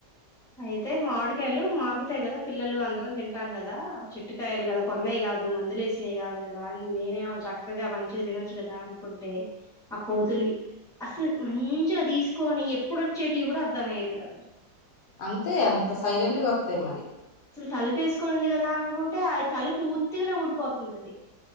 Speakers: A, in the centre; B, on the left.
A: ఐతే మామిడికాయలు మాగుతాయి గదా పిల్లలు అందరం తింటాం గదా చెట్టుకాయలు గదా కొన్నయ్ గాదు మందులే ఎసినయ్ కాదు గదా నేనేమో చక్కగా మంచిగ తినొచ్చు గదా అనుకుంటే ఆ కోతులు అస్సల్ మంచిగా తీస్కోని ఎప్ ఇప్పుడు ఒచ్చేటివి గుడా అర్థమయ్యేది గాద్
B: అంతే అంత సైలెంట్గా ఒ తే మరి
A: తలిపెస్కొనింది గదా అనుకుంటే ఆ తలుపు ఉత్తిగనె ఊడిపోతుంది అది